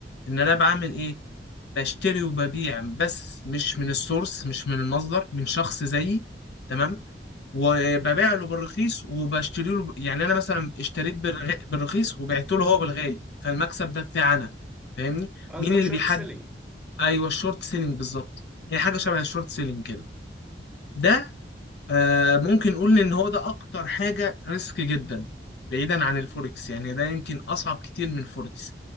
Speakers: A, on the left; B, in the centre.
A: إن أنا بعمل إيه بشتري وببيع بس مش من السورس مش من المصدر من شخص زيي تمام وببيع له بالرخيص وبشتري له يعني أنا مثلا اشتريت بالرغ- بالرخيص وبعت له هو بالغالي فالمكسب ده بتاعي أنا فاهمني
B: قصدك
A: مين اللي
B: شورت
A: بيحدد
B: سيلينج
A: ايوه الشورت سيلينج بالظبط هي حاجه شبه الشورت سيلينج كده ده آه ممكن نقول ان هو ده اكتر حاجه ريسك جدا بعيدا عن الفوركس يعني ده يمكن اصعب كتير من الفوركس